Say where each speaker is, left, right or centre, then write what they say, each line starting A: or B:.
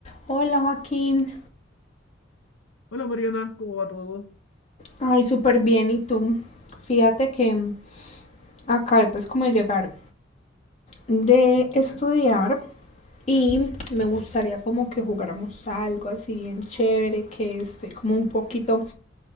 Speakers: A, on the left; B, on the left.
A: Hola Joaquín,
B: Hola Mariana, ¿cómo va todo?
A: ay, súper bien, ¿y tú? Fíjate que acabé pues como de llegar de estudiar
B: Ya.
A: y me gustaría como que jugáramos algo así bien chévere, que estoy como un poquito